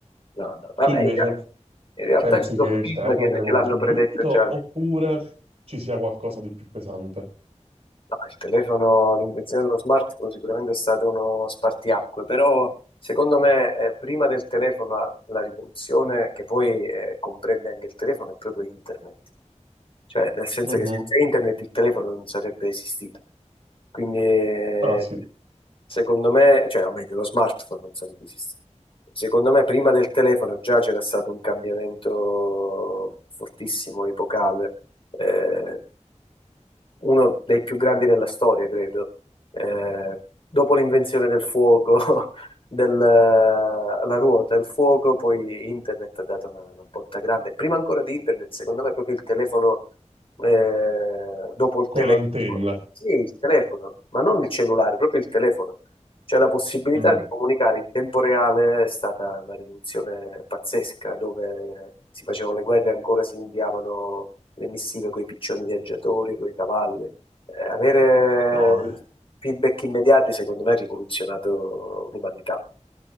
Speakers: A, on the left (about 45°); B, on the right (about 50°).
A: no, no, vabbè,
B: Tu invece
A: in realtà, in realtà
B: pensi
A: ci sono
B: che il
A: film
B: telefono
A: che,
B: abbia
A: che
B: contribuito
A: l'hanno predetto già. No,
B: oppure ci sia qualcosa di più pesante?
A: il telefono, l'invenzione dello smartphone sicuramente è stato uno spartiacque, però secondo me eh, prima del telefono la, la rivoluzione che poi eh, comprende anche il telefono è proprio internet. Cioè, nel senso
B: Mhm.
A: che senza internet il telefono non sarebbe esistito. Quindi, eh,
B: Ah sì,
A: secondo me, cioè, o meglio, lo smartphone non sarebbe esistito. Secondo me, prima del telefono già c'era stato un cambiamento fortissimo, epocale, eh, uno dei più grandi della storia, credo. Eh, dopo l'invenzione del fuoco, <laughs> della la ruota, il fuoco, poi internet ha dato una, una botta grande. Prima ancora di internet, secondo me, proprio il telefono, eh, dopo il
B: con
A: telefono,
B: l'antenna.
A: sì, il telefono, ma non il cellulare, proprio il telefono. Cioè la possibilità
B: Mm.
A: di comunicare in tempo reale è stata una rivoluzione pazzesca, dove si facevano le guerre e ancora si inviavano le missive con i piccioni viaggiatori, con i cavalli. Eh, avere
B: No, eh.
A: feedback immediati, secondo me, ha rivoluzionato l'umanità.